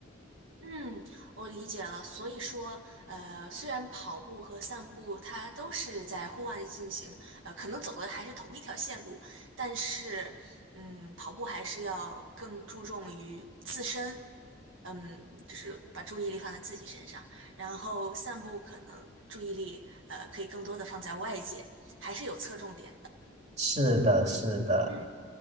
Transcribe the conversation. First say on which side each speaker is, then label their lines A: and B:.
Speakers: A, on the right; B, on the right.
A: 嗯，我理解了。所以说，呃，虽然跑步和散步它都是在户外进行，呃，可能走的还是同一条线路，但是，嗯，跑步还是要更注重于自身，嗯，就是把注意力放在自己身上，然后散步可能注意力，呃，可以更多的放在外界，还是有侧重点的。
B: 是的，是的，
A: 嗯